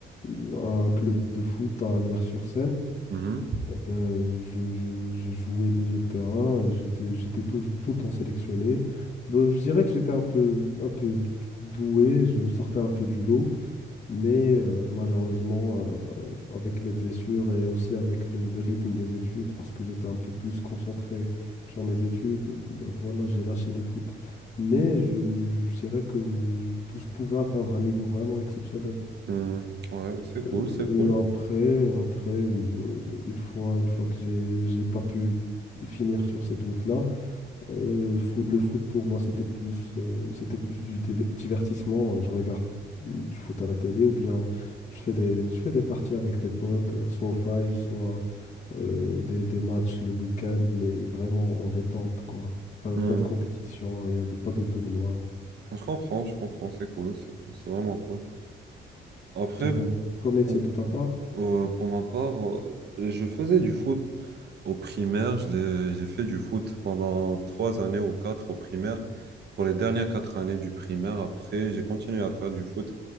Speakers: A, on the left; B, on the right.
A: à un club de foot à Nières-sur-Seine.
B: mhm,
A: Euh, je, je- je jouais milieu de terrain et j'étais, j'étais tout, tout le temps sélectionné. Ben, je dirais que j'étais un peu, un peu doué, je sortais un peu du lot, mais euh, malheureusement, euh, avec les blessures et aussi avec le, le rythme des études, parce que j'étais un peu plus concentré sur mes études, ben voilà, j'ai lâché le foot. Mais je, je dirais que je je pouvais atteindre un niveau vraiment exceptionnel.
B: mhm. Ouais, c'est
A: Euh,
B: cool, c'est cool.
A: euh, après, après, euh, une fois, une fois que j'ai, j'ai pas pu finir sur cette route-là, euh, fo- le foot pour moi c'était plus, euh, c'était plus du div- divertissement. Je regarde du foot à la télé ou bien je fais des, je fais des parties avec des potes, euh, soit au five, soit euh, des, des matchs le week-end, mais vraiment en détente quoi. Pas,
B: Mhm.
A: pas de compétition, rien de, pas de tournoi.
B: Je comprends, je comprends, c'est cool, c'est cool, c'est vraiment cool. Après,
A: Eh ben, qu'en est-il
B: pour,
A: de ta part?
B: Euh, pour ma part, euh, je faisais du foot au primaire. Je l'ai- j'ai fait du foot pendant trois années ou quatre au primaire. Pour les dernières quatre années du primaire, après, j'ai continué à faire du foot